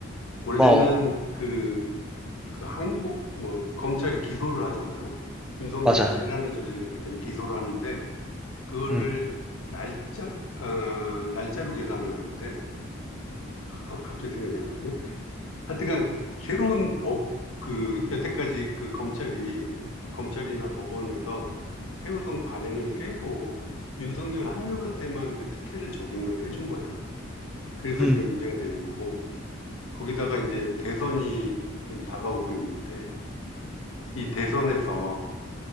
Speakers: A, on the left (about 80°); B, in the centre.
A: 원래는
B: 고마워.
A: 그, 그 한국, 뭐, 검찰이 기소를 하잖아. 윤석열이
B: 맞아.
A: 내란을 저질렀기 때문에 기소를 하는데 그거를
B: 응,
A: 날짜, 어, 날짜로 계산을 하는데, 아, 갑자기 생각이 안 나네. 하여튼간, 새로운 법, 그, 여태까지 그 검찰이, 검찰이나 법원에서 해오던 관행을 깨고, 윤석열 한 명한테만 그 특혜를 적용을 해준 거야. 그래서
B: 응,
A: 이게 문제가 되는 거고, 거기다가 이제 대선이 지금 다가오고 있는데, 이 대선에서,